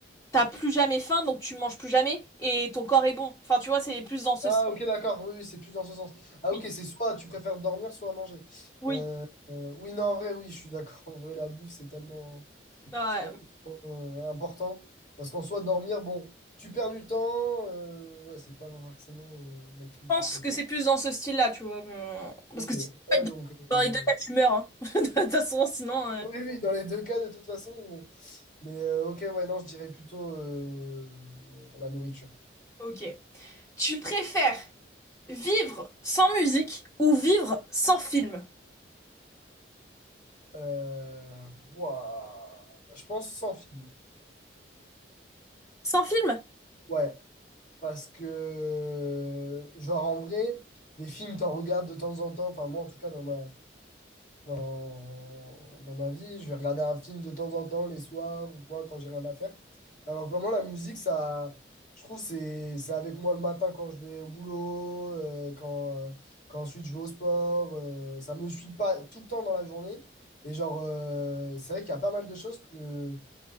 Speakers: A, on the left; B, on the left.
A: t'as plus jamais faim donc tu manges plus jamais et ton corps est bon. Enfin tu vois c'est plus dans ce
B: Ah,
A: style.
B: ok, d'accord. Oui, oui, c'est plus dans ce sens. Ah,
A: Oui,
B: ok, c'est soit tu préfères dormir, soit manger.
A: oui.
B: Euh, euh, oui, non, en vrai, oui, je suis d'accord. <laughs> En vrai, la bouffe, c'est tellement,
A: Ouais,
B: c'est
A: je
B: tellement euh, important. Parce qu'en soi, dormir, bon, tu perds du temps. euh, ouais, c'est pas forcément euh, l'activité.
A: pense
B: Donc,
A: que c'est plus dans ce style-là, tu vois. mais- euh, Parce
B: ok.
A: que si
B: Ouais, donc.
A: dans
B: euh,
A: les deux cas tu meurs, hein. <laughs> De toute façon sinon. euh,
B: oui, oui, dans les deux cas, de toute façon. bon. Mais euh, ok, ouais, non, je dirais plutôt euh, la nourriture.
A: Ok. Tu préfères vivre sans musique ou vivre sans film?
B: Euh, ouah, Je pense sans film.
A: Sans film?
B: Ouais. Parce que, genre, en vrai, des films, t'en regardes de temps en temps. Enfin, moi, en tout cas, dans ma, dans, dans ma vie, je vais regarder un film de temps en temps, les soirs ou quoi, quand j'ai rien à faire. Alors, vraiment, la musique, ça, je trouve, c'est, c'est avec moi le matin quand je vais au boulot, euh, quand, euh, quand ensuite je vais au sport. euh, ça me suit pas tout le temps dans la journée. Et, genre, euh, c'est vrai qu'il y a pas mal de choses que